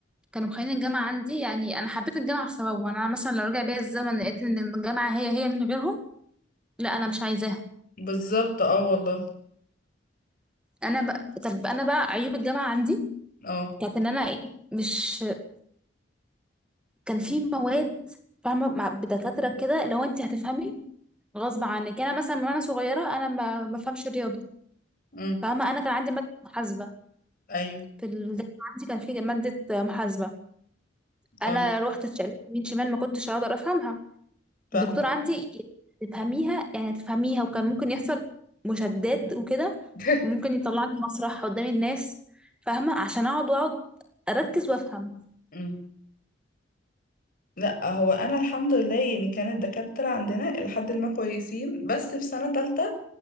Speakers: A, in the centre; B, on the left (about 50°).
A: كانوا مخلين الجامعه عندي يعني انا حبيت الجامعه بسببهم يعني انا مثلا لو رجع بيا الزمن لقيت ان الجامعه هي هي من غيرهم لا انا مش عايزاها
B: بالظبط اه والله
A: انا بقى طب انا بقى عيوب الجامعه عندي
B: اه
A: كانت ان انا ايه مش كان في مواد فاهمه مع بدكاتره كده لو انت هتفهمي غصب عنك يعني انا مثلا من وانا صغيره انا ما ما بفهمش رياضه
B: امم
A: فاهمه انا كان عندي ماده محاسبه
B: ايوه
A: في الجامعه عندي كان في ماده محاسبه انا
B: اه
A: روحت اتشقلبت يمين شمال ما كنتش هقدر افهمها
B: فاهمة
A: الدكتور عندي تفهميها يعني تفهميها وكان ممكن يحصل مشادات وكده
B: <laughs>
A: ممكن يطلعني مسرح قدام الناس فاهمة عشان اقعد واقعد اركز وافهم
B: مم. لا هو انا الحمد لله يعني كانت الدكاتره عندنا لحد ما كويسين بس في سنه تالتة